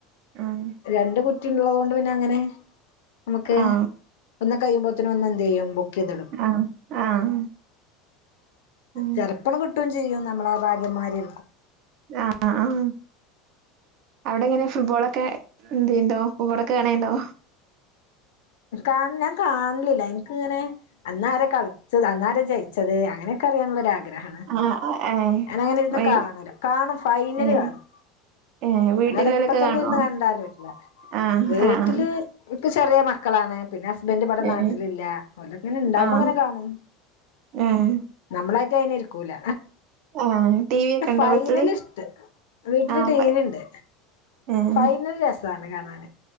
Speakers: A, on the right (about 50°); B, on the left (about 80°).
A: ആഹ്.
B: രണ്ടു മുട്- ട്ടിയിള്ളോണ്ട് പിന്നെ അങ്ങനെ അമ്മക്ക്
A: ആഹ്
B: ഒന്ന് കഴിയുമ്പോത്തേനും ഒന്ന് എന്ത് ചെയ്യും ബുക്ക് ചെയ്തിടും
A: ആഹ് ആഹ് ഉം.
B: ദർപ്പണ കിട്ടുച്ചാ എന്ത് ചെയ്യും നമ്മൾ ഭാര്യമാര്
A: ആഹ് ആഹ് അവിടെ അങ്ങനെ ഫുട്ബോൾ ഒക്കെ ഇണ്ടോ ഫുട്ബോൾ ഒക്കെ കാണേണ്ടോ
B: കാണണം കാണാനില്ല എനിക്കങ്ങനെ ഇന്നാര കളിച്ചത് ഇന്നാരാ ജയിച്ചത് അങ്ങനെയൊക്കെ അറിയാനുള്ള ആഗ്ര ഗ്രഹാണ്
A: ആഹ് ആ ഏഹ്
B: ഞാനഅങ്ങനെയിരുന്ന്
A: വൈ
B: കാണാനില്ല കാണും ഫൈനൽ
A: ഏഹ്
B: കാണും
A: ഏഹ് വീട്ടിലോലൊക്കെ
B: അല്ലാതെ ഇപ്പൊത്തന്നെ
A: കാണോ?
B: ഇരുന്ന് കണ്ടാൽ പറ്റില്ല
A: ആഹ്
B: വീട്ടില്-
A: ആഹ്
B: നിക്ക് ചെറിയ മക്കളാണ് പിന്നെ ഹസ്ബൻഡ് ഇവിടെ നാട്ടിൽ
A: ഏഹ്
B: ഇല്ല ഓലിങ്ങനെ ഇണ്ടാവുമ്പോ
A: ആഹ്
B: ഇങ്ങനെ കാണും
A: ഏഹ്
B: നമ്മളായിട്ട് അയിന് ഇരി ക്കൂല
A: ആഹ് ടി വി ഒക്കെ ഉണ്ടോ
B: ഫൈനലിസ്റ്റ്
A: വീട്ടില്?
B: വീട്ടിൽ
A: ആഹ്
B: ടിവി ഉണ്ട്
A: ഉം
B: ഫൈനലി രസാണ് കാണാന്